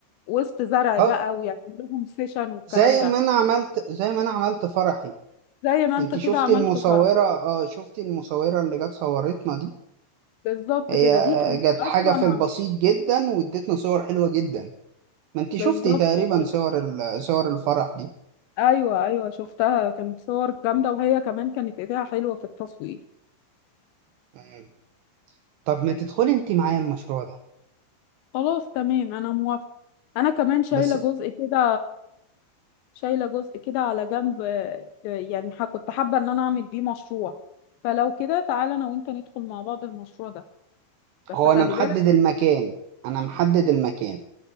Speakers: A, on the left (about 80°); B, on the right (about 80°).
A: وسط زرع
B: اه
A: بقى ويعمل لهم سيشن والكلام
B: زي
A: ده
B: ما انا عملت زي ما انا عملت فرحي
A: زي ما
B: انت
A: انت كده
B: شفتي
A: عملت
B: المصوره
A: فرحة
B: اه شفتي المصوره اللي جت صورتنا دي
A: بالظبط
B: هي
A: كده
B: آه،
A: دي كانت
B: جت
A: اصلا
B: حاجه في البسيط
A: ع-
B: جدا وادتنا صور حلوه جدا ما انت شفتي
A: بالظبط
B: تقريبا
A: كده
B: صور ال- صور الفرح دي
A: ايوه ايوه شفتها كانت صور جامدة وهي كمان كانت ايديها حلوة في التصوير
B: مم. طب ما تدخلي انت معايا المشروع ده
A: خلاص تمام انا موافقة انا كمان شايلة
B: بس
A: جزء كده شايلة جزء كده على جنب آه، آه، يعني ح- كنت حابة ان انا اعمل بيه مشروع فلو كده تعالى انا وانت ندخل مع بعض المشروع ده بس
B: هو
A: خلي
B: انا محدد
A: بالك
B: المكان انا محدد المكان